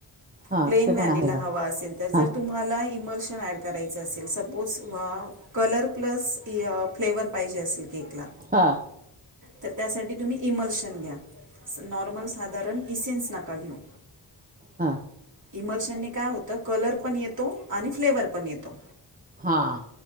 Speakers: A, on the right; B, on the right.
A: हां.
B: प्लेन
A: ते
B: वॅनीला
A: पण आहे का?
B: हवा असेल तर
A: हां,
B: जर तुम्हाला इमर्शन ॲड करायचं असेल सपोज वा कलर प्लस फ्लेवर पाहिजे असे केकला
A: हा
B: तर त्यासाठी तुम्ही इमल्शन घ्या नॉर्मल साधारण इसेन्स नका घेऊ
A: हा
B: इमोशनने काय होतं कलर पण येतो आणि फ्लेवर पण येतो
A: हा